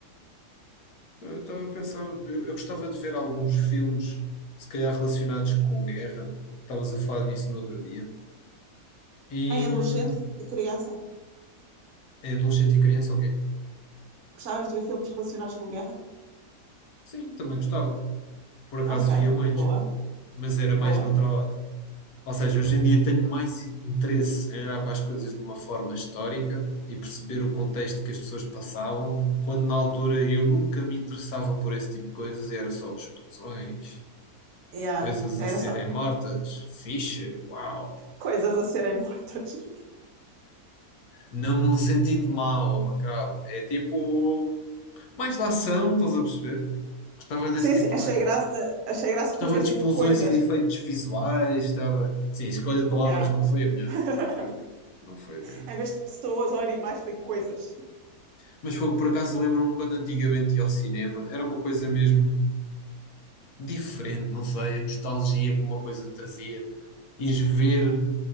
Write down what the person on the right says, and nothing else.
Em
adolescente e criança?
Gostavas de ver filmes relacionados com guerra?
Ok,
boa,
boa.
Yeah,
era
só
coisas a serem mortas. <laughs>
Sim,
sim,
achei
graça, achei graça
foi ter
tipo
coisas.
Yeah.
<laughs>
Em vez de pessoas ou animais, foi coisas.